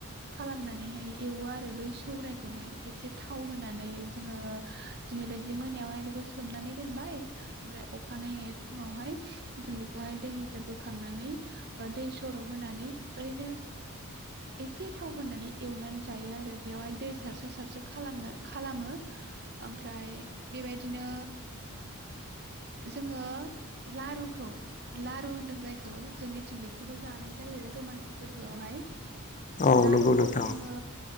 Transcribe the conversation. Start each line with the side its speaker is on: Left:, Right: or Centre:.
Right: खालामनानैहाय एवो आरो बै सौरायखौहाय एसे थाव होनानै जोङो दिनै बायदि मोनायावहाय बेखौ सोमनानै दोनबाय ओमफ्राय अखानायैहाय फुङावहाय जों बेखौहाय दैनिफ्राय बोखांनानै अ दै सर' होनानै ओरैनो एसे थाव होनानै एवनानै जायो आरो बेयावहाय दै सारसो सारसो खालामनो खालामो ओमफ्राय बेबायदिनो जोङो लारुखौ लारु होनदों जायखौ जोंनिथिं बेखौबो जानाय जायो दमासि फोरबोआवहाय <inaudible>
Left: औ
Right: लारुखौ
Left: नंगौ नोंथां
Right: जोङो